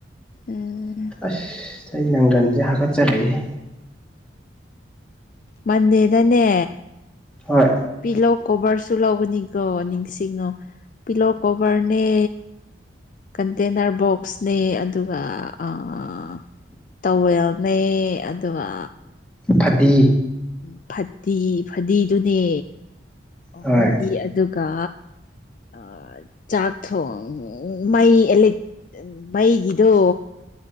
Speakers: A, on the left; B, in the centre.
A: ꯑꯥꯥ
B: ꯑꯁ ꯑꯩ ꯅꯪꯒꯟꯁꯦ ꯍꯥꯒꯠꯆꯔꯛꯑꯦꯍꯦ
A: ꯃꯟꯗꯦꯗꯅꯦ
B: ꯍꯣꯏ
A: ꯄꯤꯂꯣ ꯀꯣꯕꯔꯁꯨ ꯂꯧꯕꯅꯤꯀꯣ ꯅꯤꯡꯁꯤꯡꯉꯣ ꯄꯤꯂꯣ ꯀꯣꯕꯔꯅꯦ ꯀꯟꯇꯦꯅꯔ ꯕꯣꯛꯁꯅꯦ ꯑꯗꯨꯒ ꯑꯥ ꯇꯧꯋꯦꯜꯅꯦ ꯑꯗꯨꯒ
B: ꯐꯗꯤ
A: ꯎꯝ ꯐꯠꯇꯤ ꯐꯗꯤꯗꯨꯅꯦ ꯑꯣ
B: ꯍꯣꯏ
A: ꯐꯗꯤ ꯑꯗꯨꯒ ꯑꯥ ꯆꯥꯛ ꯊꯣꯡ ꯃꯩ ꯑꯦꯂꯦꯛ ꯃꯩꯒꯤꯗꯣ